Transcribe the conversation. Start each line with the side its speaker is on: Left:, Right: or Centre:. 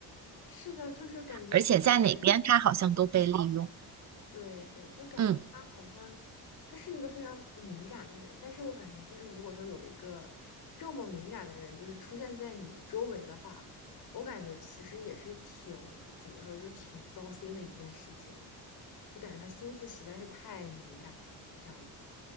Left: 是的，就是感觉很多人。
Right: 而且在哪边她好像都被利用。
Left: 对对，就感觉他好像
Right: 嗯。
Left: 他是一个非常敏感的人，但是我感觉就是如果说有一个这么敏感的人，就是出现在你周围的话，我感觉其实也是挺怎么说，就是挺糟心的一件事情，就感觉他心思实在是太敏感了，就这样子。